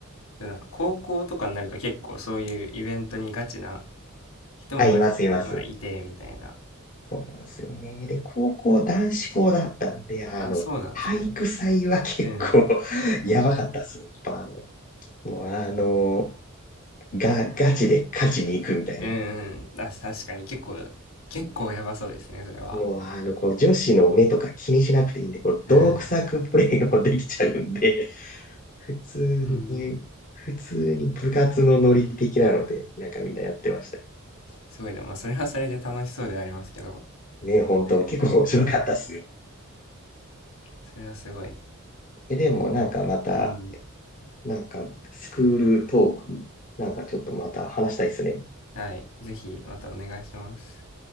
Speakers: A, on the left; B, on the left.
A: で、なんか高校とかになると結構そういうイベントにガチな人もガチ、
B: あ、います、います。
A: まあいてみたいな。
B: そうなんですよね。で、高校男子校だったんで、あの、
A: あ、そうなんですね。
B: 体育祭は結構
A: うん。
B: <laughs> やばかったっす。やっぱあの、もうあの、が、ガチで勝ちに行くみたいな。
A: うん、うん。あ、確かに結構、結構やばそうですね、それは。
B: もうあの、こう女子の目とか気にしなくていいんで、こう泥臭くプレーができちゃうんで、
A: うん。
B: <laughs> 普通に、
A: うん。
B: 普通に部活のノリ的なので、なんかみんなやってましたよ。
A: すごいな。まあそれはそれで楽しそうではありますけど。
B: ね、本当結構面白かったっすよ。
A: ねうん。それはすごい。
B: え、でもなんかまた、
A: はい。うん。
B: なんか、スクールトーク、なんかちょっとまた話したいですね。
A: はい。ぜひまたお願いします。